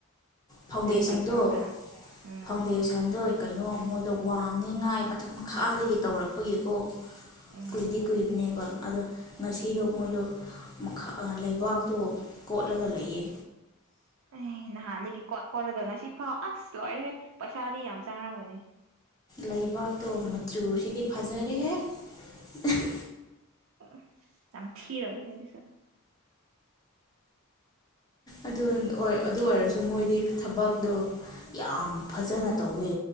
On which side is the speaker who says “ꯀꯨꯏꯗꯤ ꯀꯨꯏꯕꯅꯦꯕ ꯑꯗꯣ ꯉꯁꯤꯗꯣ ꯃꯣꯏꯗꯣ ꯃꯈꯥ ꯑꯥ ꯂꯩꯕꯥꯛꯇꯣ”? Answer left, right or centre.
Left